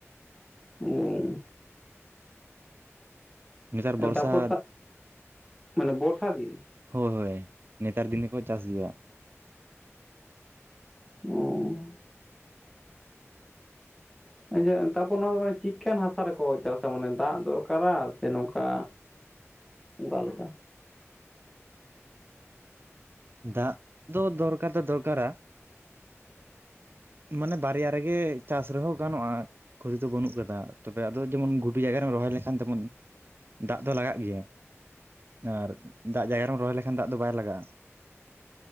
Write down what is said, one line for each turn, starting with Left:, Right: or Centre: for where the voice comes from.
Centre: ᱦᱩᱸ
Right: ᱱᱮᱛᱟᱹᱨ
Centre: ᱚ
Right: ᱵᱚᱨᱥᱟᱫ
Centre: ᱛᱟᱯᱚᱨ ᱛᱟ ᱢᱟᱱᱮ ᱵᱚᱨᱥᱟ ᱫᱤᱱ
Right: ᱦᱳᱭ ᱦᱳᱭ ᱱᱮᱛᱟᱨ ᱫᱤᱱᱮᱠᱚ ᱪᱟᱥ ᱜᱮᱭᱟ᱾
Centre: ᱦᱩᱸ ᱟᱪᱷᱟ ᱛᱟᱨᱯᱚᱨ ᱱᱚᱣᱟ ᱫᱚ ᱢᱟᱱᱮ ᱪᱮᱫᱠᱟᱱ ᱦᱟᱥᱟ ᱨᱮᱠᱚ ᱪᱟᱥᱟ ᱢᱟᱱᱮ ᱫᱟᱜ ᱫᱚᱨᱠᱟᱨᱟ ᱥᱮ ᱱᱚᱝᱠᱟ ᱚᱠᱟ ᱞᱮᱠᱟ
Right: ᱫᱟᱜ ᱫᱚ ᱫᱚᱨᱠᱟᱨ ᱛᱮ ᱫᱚᱨᱠᱟᱨᱟ ᱢᱟᱱᱮ ᱵᱟᱨᱭᱟ ᱨᱮᱜᱮ ᱪᱟᱥ ᱨᱮᱦᱚᱸ ᱜᱟᱱᱚᱜᱼᱟ᱾ ᱠᱷᱚᱛᱤ ᱫᱚ ᱵᱟᱹᱱᱩᱜ ᱠᱟᱫᱟ ᱛᱚᱵᱮ ᱟᱫᱚ ᱡᱮᱢᱚᱱ ᱜᱷᱩᱴᱩ ᱡᱟᱭᱜᱟ ᱨᱮᱢ ᱨᱚᱦᱚᱭ ᱞᱮᱱᱠᱷᱟᱱ ᱡᱮᱢᱚᱱ ᱫᱟᱜ ᱫᱚ ᱞᱟᱜᱟᱜ ᱜᱮᱭᱟ ᱟᱨ ᱫᱟᱜ ᱡᱟᱭᱜᱟ ᱨᱮᱢ ᱨᱚᱦᱚᱭ ᱞᱮᱠᱷᱟᱱ ᱫᱟᱜ ᱫᱚ ᱵᱟᱭ ᱞᱟᱜᱟᱜᱼᱟ᱾